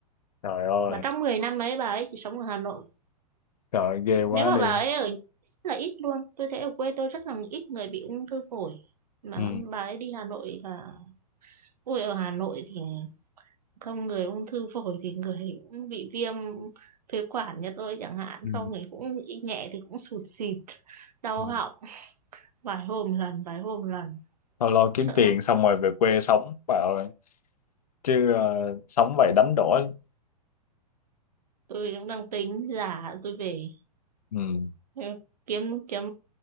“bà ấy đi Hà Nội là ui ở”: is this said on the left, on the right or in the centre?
Right